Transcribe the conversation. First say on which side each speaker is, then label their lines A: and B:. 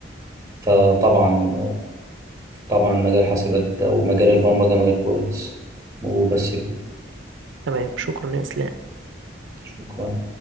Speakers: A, on the right; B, on the right.
A: فطبعا طبعا مجال حاسبات ومجال البرمجة مجال كويس وبس كده
B: تمام شكرا يا اسلام
A: شكرا